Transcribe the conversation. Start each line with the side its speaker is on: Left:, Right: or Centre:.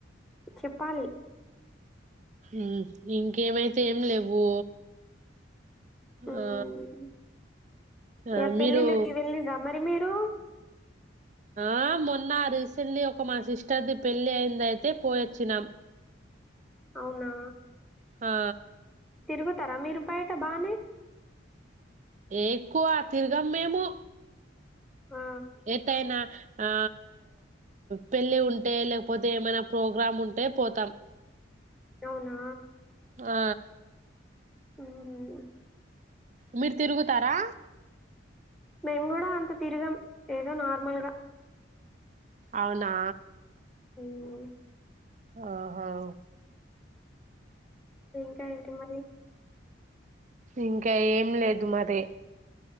Centre: చెప్పాలి
Right: ఉమ్ ఇంకేమైతే ఏం లేవు
Centre: మ్
Right: ఆ ఆ
Centre: ఇగ పెళ్ళిళ్ళకి
Right: మీరు
Centre: వెళ్ళిండ్రా మరి మీరు
Right: ఆ మొన్న రీసెంట్లీ ఒక మా సిస్టర్దిి పెళ్ళి అయింది అయితే పోయిొచ్చినాం
Centre: అవునా
Right: హా
Centre: తిరుగుతారా మీరు బయట బానే
Right: ఎక్కువ తిరగం మేము
Centre: ఆ
Right: ఎటైనా ఆ పెళ్ళి ఉంటే లేకపోతే ఏమైనా ప్రోగ్రామ్ ఉం టే పోతాం
Centre: అవునా
Right: ఆ
Centre: ఉమ్ హ్మ్
Right: మీరు తిరుగుతారా
Centre: మేము కూడా అంత తిరిగాం ఏదో నార్మల్గా
Right: అవునా
Centre: ఉమ్
Right: ఆహా
Centre: ఇంకా ఏంటి మరి
Right: ఇంకా ఏం లేదు మరి